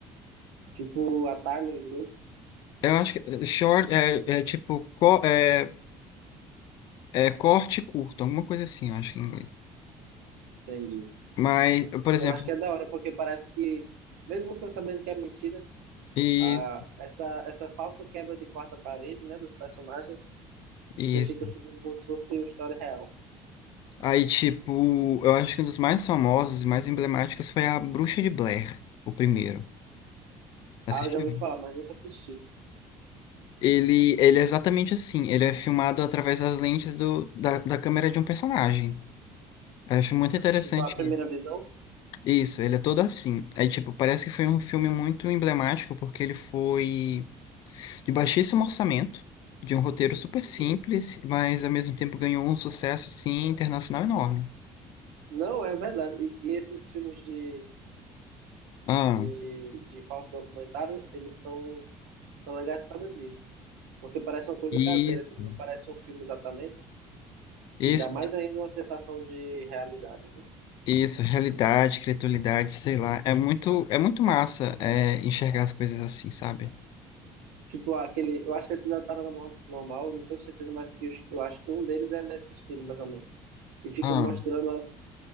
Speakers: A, on the right (about 80°); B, on the left (about 65°).
A: Tipo, atalho em inglês?
B: Eu acho que é, short é, é tipo co- é, é corte curto, alguma coisa assim, eu acho que é em inglês.
A: Entendi.
B: Mas, por
A: Eu
B: exemplo,
A: acho que é da hora, porque parece que, mesmo você sabendo que é mentira,
B: e,
A: a, essa, essa falsa quebra de quarta parede, né, dos personagens,
B: e
A: você fica sentindo como se fosse uma história real.
B: aí tipo, eu acho que um dos mais famosos e mais emblemáticos foi a Bruxa de Blair, o primeiro. Assistiu?
A: Ah, eu já ouvi falar, mas nunca assisti.
B: Ele, ele é exatamente assim. Ele é filmado através das lentes do, da, da câmera de um personagem. Eu acho muito interessante
A: Tipo, a primeira
B: isso.
A: visão?
B: Isso, ele é todo assim. Aí, tipo, parece que foi um filme muito emblemático, porque ele foi de baixíssimo orçamento, de um roteiro super
A: Uhum.
B: simples, mas ao mesmo tempo ganhou um sucesso, assim, internacional enorme.
A: Não, é verdade. E, e esses filmes de,
B: Ah,
A: de, de falso documentário, eles são, são legais por causa disso. Porque parece uma coisa
B: isso,
A: caseira, assim, não parece um filme exatamente.
B: isso,
A: E dá mais ainda uma sensação de realidade, né?
B: isso, realidade, criatividade, sei lá. É muito, é muito massa, é, enxergar as coisas assim, sabe?
A: Tipo, aquele. Eu acho que é atividade paranormal, não tenho certeza, mas que os- eu acho que um deles é nesse estilo, mais ou menos. E fica
B: Ah,
A: mostrando as,